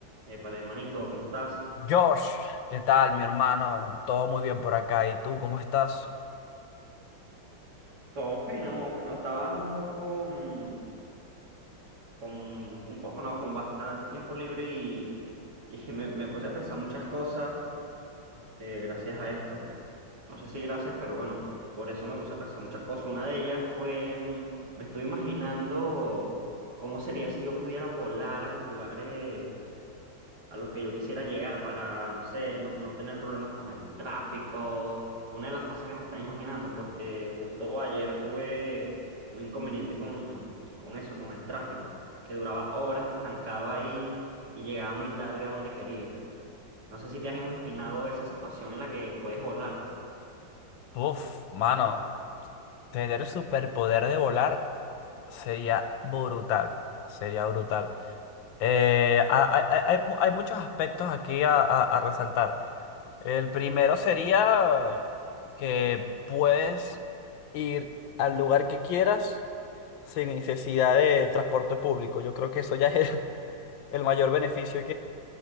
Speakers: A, on the right (about 55°); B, on the left (about 75°).
A: Épale, hermanito, ¿cómo estás?
B: Josh, ¿qué tal, mi hermano? Todo muy bien por acá. ¿Y tú, cómo estás?
A: Todo fino, bueno, estaba un poco, mm, con, un poco no, con bastante tiempo libre y, y <laughs> me, me puse a pensar muchas cosas, este, gracias a esto. No sé si gracias, pero bueno, por eso me puse a pensar muchas cosas. Una de ellas fue, mm, me estoy imaginando cómo sería si yo pudiera volar a los lugares a los que yo quisiera llegar para, no sé, no, no tener problemas con el tráfico. Fue una de las cosas que me estaba imaginando, porque justo ayer tuve un inconveniente con, con eso, con el tráfico, que duraba horas estancado ahí y llegaba muy tarde a donde quería. No sé si te has imaginado esa situación en la que puedes volar.
B: Uf, mano, tener el superpoder de volar sería brutal. Sería brutal. Eh, ha- ha- ha- hay, mu- hay muchos aspectos aquí a, a- a resaltar. El primero sería que puedes ir al lugar que quieras sin necesidad de transporte público. Yo creo que eso ya es el, el mayor beneficio